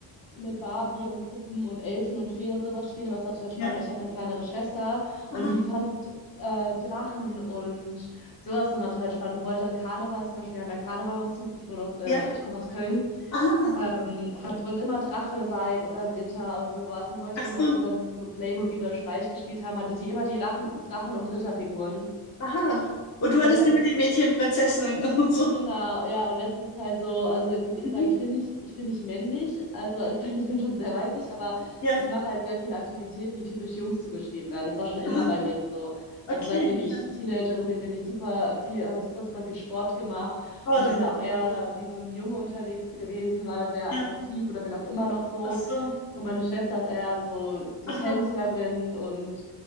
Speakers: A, on the left (about 55°); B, on the left (about 40°).
A: mit Barbie und Puppen und Elfen und Feen und sowas spielen, aber es war total spannend,
B: Ja,
A: weil ich habe eine kleinere Schwester und
B: aha,
A: die fand äh, Drachen und sowas immer total spannend. Und wollte an Karneval zum Beispiel, wir haben ja Karneval bei uns, ich, wohne, äh,
B: ja,
A: ich komme aus Köln,
B: aha.
A: ähm, hat, wollte immer Drache sein oder Ritter und sowas und wollte
B: Ach so,
A: immer, als wir dann so Playmobil oder Schleich gespielt haben, hatte sie immer die Rachen, Drachen- und Ritterfiguren.
B: aha. Und du
A: Und
B: hattest
A: das fand
B: über
A: ich
B: die Mädchen, Prinzessinnen <laughs> und so.
A: Genau, ja, und das ist halt so, also jetzt würde ich
B: Mhm,
A: sagen, ich bin nicht, ich bin nicht männlich, also ich bin, <laughs> ich bin schon sehr weiblich, aber
B: Ja,
A: ich mache halt sehr viele Aktivitäten, die typisch Jungs zugeschrieben werden. Das war schon immer
B: aha,
A: bei mir so.
B: okay.
A: Also seitdem ich
B: schön.
A: Teenagerin bin, bin ich super viel, habe ich super, super viel Sport gemacht
B: Oh,
A: und
B: das
A: bin da
B: ist
A: auch eher
B: gut.
A: wie so ein Junge unterwegs gewesen, war da sehr
B: Ja,
A: aggressiv oder bin auch immer noch so.
B: ach so,
A: Und meine Schwester ist eher so die
B: aha.
A: Tänzerin und